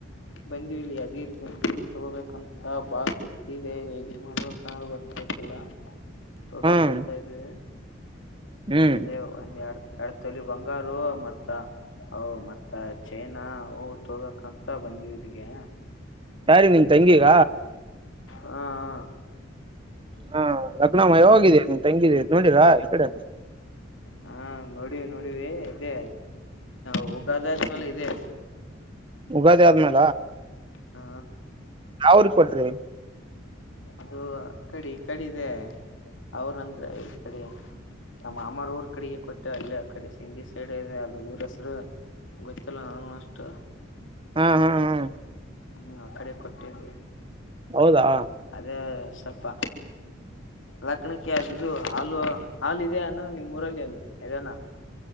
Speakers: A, on the left; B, on the right.
A: ಬಂದಲ್ಲಿ ಅದಿರಿ ಬಂದ ತಗೋಬೇಕಂತ ಬಾಲ್ ತುಟ್ಟಿ ದೇ ಹೇಗೆ ಮಾಡುವ ಕ ಬರ್ತಾ ಇತಿಲ್ಲ ತೊಬೇಕಕ್ಂತ
B: ಹ್ಮ್
A: ಇದವಿ
B: ಹ್ಮ್
A: ಅದೇ ಒಂದ ಎಡ್ ಎಡತ ಬಂಗಾರ ಮತ್ತ ಅ ಮತ್ತ ಚೈನಾ ಅ ತೊಬೇಕಂತ ಬಂದವಿ ಇಲ್ಲಿಗೆ
B: ಸಾರಿ ನಿನ್ ತಂಗಿಗ
A: ಹಾ ಹ
B: ಹಾ ಲಗ್ನ ಮಾಯ ಹೋಗಿದೆ ತಂಗಿದ ನೋಡಿರಾ ಈ ಕಡೆ
A: ಹಾ ನೋಡವಿ ನೋಡವಿ ಇದೇ ಹೋಗ ಆದ್ಮೇಲೆ ಇ ಅ
B: ಉಗಾದಿ ಆದ್ಮೇಲೆ
A: ಹಾ
B: ಅವಾವ್ರಿಗೆ ಕೊಟ್ರಿ
A: ಅದು ಕಡೆ ಈ ಕಡೆ ಇದೆ ಅವ್ರ ಅಂದ್ರೆ ಈ ಕಡೆ ನಮ್ಮ ಅಮರ ಊರ್ ಕಡೆಗೆ ಕೊಟ್ಟು ಅಲ್ಲಿ ಆ ಕಡೆ ಸಿಂಜಿ ಸೈಡ್ ಇದೆ ಅದು ಊರಸರು ಗೊತ್ತಿಲ್ಲ ನೂ ಅಷ್ಟ
B: ಹಾ ಹಾ ಹಾ್
A: ಹ್ಮ್ ಆ ಕಡೆ ಕೊಟ್ಟವಿ
B: ಹೌದಾ
A: ಅದೇ ಸ್ವಲ್ಪ ದಕ್ಕಣಿಕ ಆದದು ಹಾಲು ಹಾಲು ಇದ ಅನಾ ನಿಮ್ಮ್ ಊರಲ್ಲಿ ಅಲ್ಲಿ ಅನಾ